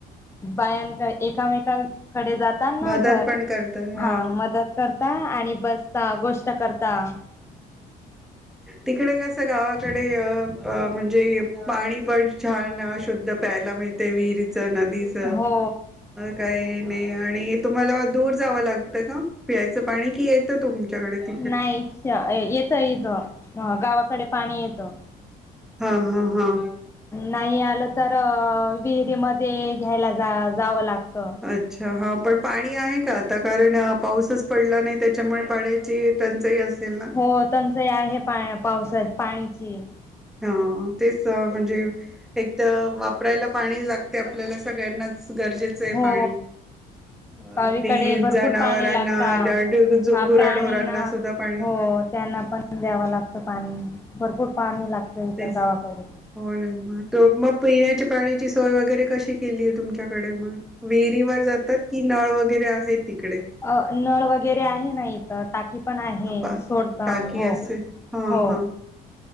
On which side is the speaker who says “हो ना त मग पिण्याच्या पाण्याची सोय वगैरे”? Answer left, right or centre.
Centre